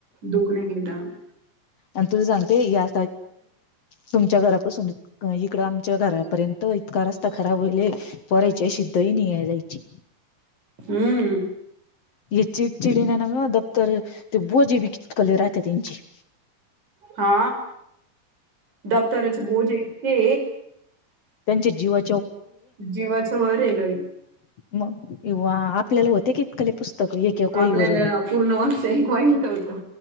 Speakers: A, on the right; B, on the left.
A: दुखण <unintelligible>
B: आणि तुला सांगते या तुमच्या घरापासून इकड आमच्या घरा पर्यंत इतका रस्ता खराब होल परायचे <unintelligible> नाही आहे जायची
A: हम्म.
B: ये चिडचिडी नाही ना ग दप्तर ते बोजे बी ककले राहते त्यांची.
A: हा दफ्तराचे बोजे इतके.
B: त्यांच्या जीवा
A: जीवाचं वर आहे ना.
B: मग किंवा आपल्याला होते की कलेपासुन. एक एक वहीवर
A: आपल्याला पूर्ण वर्ष एक वहीत होतं.